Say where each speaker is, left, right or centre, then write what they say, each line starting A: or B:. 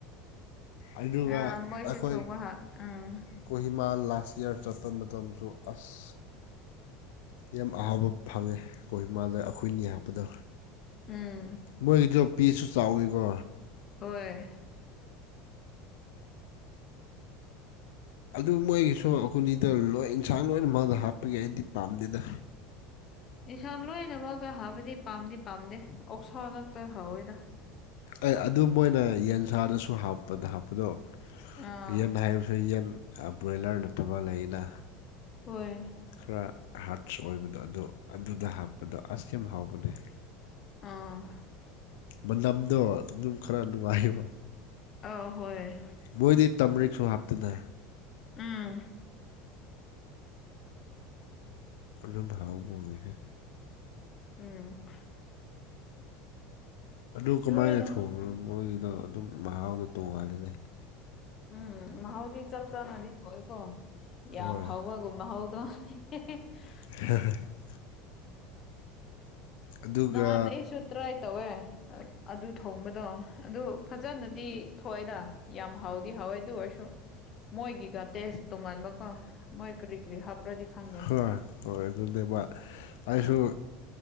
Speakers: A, on the left; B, on the left.
A: ꯑꯗꯨꯒ
B: ꯑꯥ ꯃꯣꯏꯁꯨ
A: ꯑꯩꯈꯣꯏ
B: ꯊꯣꯡꯕ ꯍꯥꯎ ꯑꯝ
A: ꯀꯣꯍꯤꯃꯥ ꯂꯥꯁ ꯌꯥꯔ ꯆꯠꯄ ꯃꯇꯝꯁꯨ ꯑꯁ ꯌꯥꯝ ꯑꯍꯥꯎꯕ ꯐꯪꯉꯦ ꯀꯣꯍꯤꯃꯥꯥꯗ ꯑꯩꯈꯣꯏꯅꯤ ꯍꯥꯞꯄꯗꯣ
B: ꯎꯝ
A: ꯃꯣꯏꯒꯤꯗꯣ ꯄꯦꯁꯁꯨ ꯆꯥꯎꯋꯤꯀꯣ
B: ꯍꯣꯏ
A: ꯑꯗꯨ ꯃꯣꯏꯒꯤꯁꯨ ꯑꯩꯈꯣꯏꯅꯤꯗ ꯂꯣꯏ ꯏꯟꯁꯥꯡ ꯂꯣꯏꯅ ꯃꯛ ꯍꯥꯞꯄꯛ ꯏ ꯑꯩꯗꯤ ꯄꯥꯝꯗꯦꯗ
B: ꯏꯟꯁꯥꯡ ꯂꯣꯏꯅꯃꯛꯒ ꯍꯥꯞꯄꯗꯤ ꯄꯥꯝꯗꯤ ꯄꯥꯝꯗꯦ ꯑꯣꯛꯁꯥ ꯉꯥꯛꯇ ꯍꯥꯎꯋꯦꯗ
A: ꯑꯦ ꯑꯗꯨ ꯃꯣꯏꯅ ꯌꯦꯟꯁꯥꯗꯁꯨ ꯍꯥꯞꯄꯗ ꯍꯥꯞꯄꯗꯣ
B: ꯑꯥ
A: ꯌꯦꯟ ꯍꯥꯏꯕꯁꯤ ꯌꯦꯟ ꯑ ꯕ꯭ꯔꯣꯏꯂꯔ ꯅꯠꯇꯕ ꯂꯩꯅ
B: ꯍꯣꯏ
A: ꯈꯔ ꯍꯥꯔꯠꯁ ꯑꯣꯏꯕꯗꯣ ꯑꯗꯣ ꯑꯗꯨꯗ ꯍꯥꯞꯄꯗꯣ ꯑꯁ ꯌꯥꯝ ꯍꯥꯎꯕꯅꯦ
B: ꯑꯪ
A: ꯃꯅꯝꯗꯣ ꯑꯗꯨꯝ ꯈꯔ ꯅꯨꯡꯉꯥꯏꯌꯦꯕ
B: ꯑ ꯍꯣꯏ
A: ꯃꯣꯏꯗꯤ ꯇꯝꯔꯤꯛꯁꯨ ꯍꯥꯞꯇꯅ
B: ꯎꯝ
A: ꯑꯗꯨꯅ ꯍꯥꯎꯕ ꯑꯣꯏꯔꯤꯁꯦ
B: ꯎꯝ
A: ꯑꯗꯨ ꯀꯃꯥꯏꯅ
B: ꯂꯣꯏꯅꯃꯛ
A: ꯊꯣꯡꯕꯅꯣ ꯃꯣꯏꯒꯤꯗꯣ ꯑꯗꯨꯝ ꯃꯍꯥꯎꯗꯣ ꯇꯣꯡꯉꯥꯜꯂꯤꯅꯦ
B: ꯎꯝ ꯃꯍꯥꯎꯗꯤ ꯆꯞ ꯆꯥꯅꯗꯤ ꯊꯣꯛꯑꯦꯀꯣ ꯌꯥꯝ
A: ꯍꯣꯏ
B: ꯍꯥꯎꯕꯒꯤ ꯃꯍꯥꯎꯗꯣ <unintelligible>
A: <unintelligible> ꯑꯗꯨꯒ
B: ꯅ ꯅꯁꯨ ꯇ꯭ꯔꯥꯏ ꯇꯧꯋꯦ ꯑꯗꯨ ꯊꯣꯡꯕꯗꯣ ꯑꯗꯨ ꯐꯖꯅꯗꯤ ꯊꯣꯛꯑꯦꯗ ꯌꯥꯝ ꯍꯥꯎꯗꯤ ꯍꯥꯎꯋꯦ ꯑꯗꯨ ꯑꯣꯏꯁꯨ ꯃꯣꯏꯒꯤꯒ ꯇꯦꯁ ꯇꯣꯉꯥꯟꯕꯒ ꯃꯣꯏ ꯀꯔꯤ ꯀꯔꯤ ꯍꯥꯞꯄ꯭ꯔꯗꯤ ꯈꯪꯗꯦ
A: ꯍꯣꯏ ꯍꯣꯏ ꯑꯗꯨꯅꯦꯕ ꯑꯩꯁꯨ